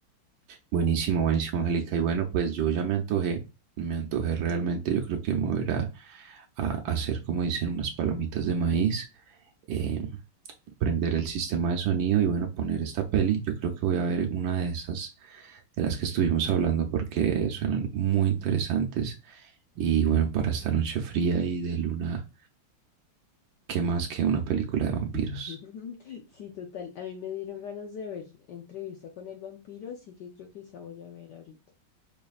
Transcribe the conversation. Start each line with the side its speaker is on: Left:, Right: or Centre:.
Right: Buenísimo, buenísimo, Angélica. Y bueno, pues yo ya me antojé, me antojé realmente. Yo creo que me voy a, ir a- a hacer, como dicen, unas palomitas de maíz, eh, prender el sistema de sonido y bueno, poner esta peli. Yo creo que voy a ver una de esas de las que estuvimos hablando porque suenan muy interesantes. Y bueno, para esta noche fría y de luna, ¿qué más que una película de vampiros?
Left: <laughs> Sí, total. A mí me dieron ganas de ver entrevista con el vampiro, así que creo que esa voy a ver ahorita.